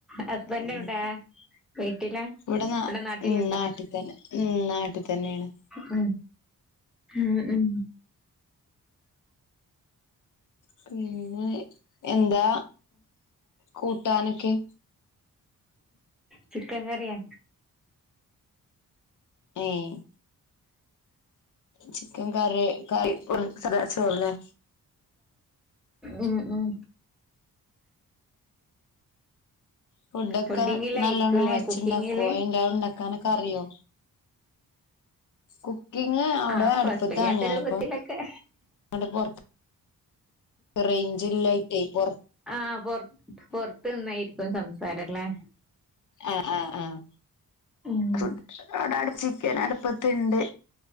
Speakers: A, in the centre; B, on the left.
A: ഹസ്ബൻന്റ്
B: അങ്ങനെയൊക്കെ
A: എവ്ടെ? വീട്ടില്
B: ഇവിടെ നാ
A: ഇവടെ നാട്ടില്ണ്ടോ
B: ഉം നാട്ടിൽ തന്നെ ഉം നാട്ടിൽ തന്നെയാണ്
A: ഉം. ഉം ഉം.
B: പിന്നെ എന്താ കൂട്ടാനൊക്കെ?
A: ചിക്കൻ ക്കറിയാ.
B: ഏഹ് ചിക്കൻ കറി കറി സദാ ചോർലെ?
A: ഉം ഉം.
B: ഫുഡ് ഒക്കെ
A: ഫുഡിങ്ങിലായിരിക്കുംല്ലേ
B: നല്ലോണ്ണം വെച്ച്ണ്ടാക്കോ
A: കുക്കിങ്ങില്
B: എല്ലാതും ഉണ്ടാക്കാനൊക്കെ അറിയോ? കുക്കിങ് അവ്ടെ
A: ആഹ്
B: അട്പ്പത്താണ്
A: കൊഴപ്പില്ലാത്ത
B: ഞാനിപ്പോ
A: രൂപത്തിലൊക്കെ
B: ങ്ങട് പൊർ റെയ്ഞ്ച് ഇല്ലായ്‌റ്റെ പൊർ
A: ആഹ പൊർ പൊർത്ത്ന്നായിരിക്കും സംസാരല്ലേ?
B: ആഹ് ആഹ് ആഹ്.
A: ഉം
B: ഫുഡ് ആടെ അട് ചിക്കന് അട്പ്പത്ത്ണ്ട്.